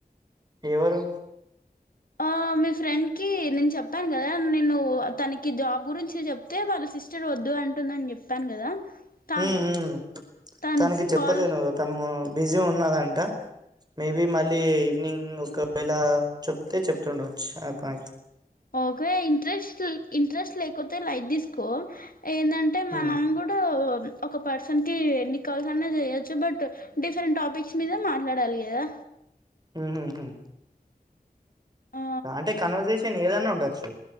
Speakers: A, on the right; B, on the left.
A: ఎవరు
B: ఆ మీ ఫ్రెండ్ కి నేను చెప్పాను కదా నేను తనకి జాబ్ గురించి చెప్తే వాళ్ళ సిస్టర్ వద్దు అంటుందని చెప్ చెప్పాను కదా తాను
A: ఉమ్ ఉమ్
B: తాను
A: తనకి చెప్పలేను
B: కాల్
A: తను బిజీ ఉన్నదంట మేబి మళ్ళీ ఈవినింగ్ వస్ ఒక వేలా చెప్తే చెప్తుండవచ్చు ఆ పా
B: ఓకే ఇంట్రెస్ట్ ఇంట్రెస్ట్ లేకపోతే లైట్ తీసుకో ఏందంటే మనం
A: ఉమ్
B: కూడా ఒక పర్సన్ కి ఎన్నికాల్స్ అన్న చేయొచ్చు బట్ డిఫరెంట్ టాపిక్స్ మీద మాట్లాడాలి కదా
A: ఉహుహు
B: ఆ!
A: అంటే కన్వర్సేషన్ ఏదన్నా ఉండ చ్చు